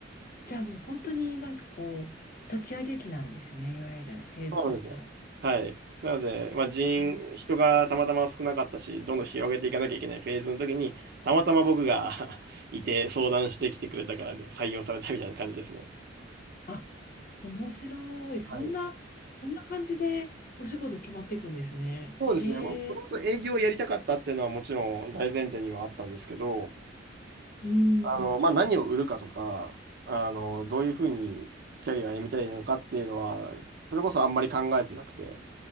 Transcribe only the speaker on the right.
そうなんですよ。はい。なので、まあ、
人、人がたまたま少なかったし、どんどん広げていかなきゃいけないフェーズの時に、たまたま僕が <laughs> いて相談してきてくれたからね、採用されたみたいな感じですね。
はい。
そうですね。
もともと営業をやりたかったっていうのはもちろん大前提にはあったんですけど、
あの、まあ、何を売るかとか、あの、どういうふうにキャリアを歩みたいのかっていうのは、それこそあんまり考えてなくて、